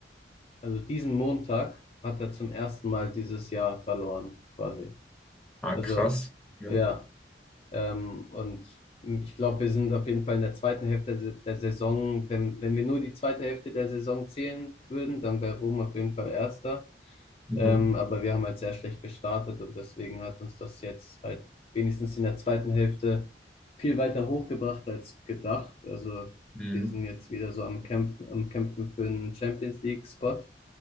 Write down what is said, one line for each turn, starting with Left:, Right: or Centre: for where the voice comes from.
Left: also diesen Montag hat er zum ersten Mal dieses Jahr verloren, quasi.
Centre: Ah,
Left: Also,
Centre: krass. Ja.
Left: ja, ähm, und ich glaube, wir sind auf jeden Fall in der zweiten Hälfte der der Saison. Wenn, wenn wir nur die zweite Hälfte der Saison zählen würden, dann wäre Rom auf jeden Fall Erster.
Centre: Mhm.
Left: Ähm, aber wir haben halt sehr schlecht gestartet und deswegen hat uns das jetzt halt wenigstens in der zweiten Hälfte viel weiter hochgebracht als gedacht. Also
Centre: Mhm.
Left: wir sind jetzt wieder so am Kämpfen, am Kämpfen für einen Champions League-Spot.